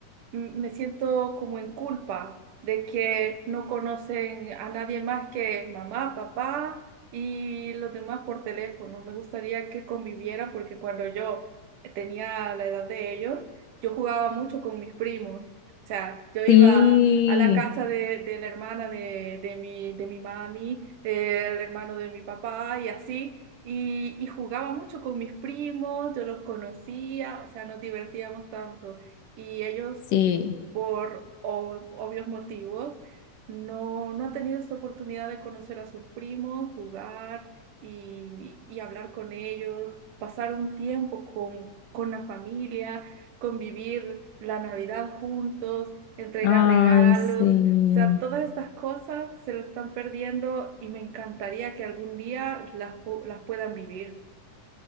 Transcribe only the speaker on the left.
Sí,
sí.
Ay,
sí.